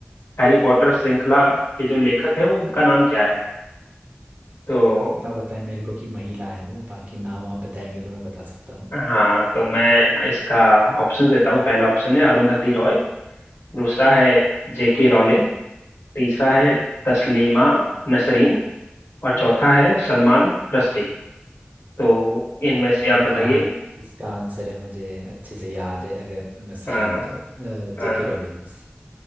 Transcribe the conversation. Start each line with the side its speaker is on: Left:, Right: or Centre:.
Left: हैरी पॉटर श्रृंखला के जो लेखक है वो उनका नाम क्या है तो
Right: इतना पता है मेरे को कि महिला है वो बाकी नाम आप बताएंगे तो मैं बता सकता
Left: हाँ तो मैं इसका ऑप्शन देता हूँ पहला ऑप्शन है अरुंधति रॉय दूसरा है जेके रॉलिंग तीसरा है तस्लीमा नसरीन और चौथा है सलमान रश्दी तो इनमें से आप
Right: इनका
Left: बताइए
Right: इसका आंसर है मुझे अच्छे से याद है अगर मैं सही
Left: हाँ
Right: हूं तो जेके
Left: हाँ
Right: रोलिंस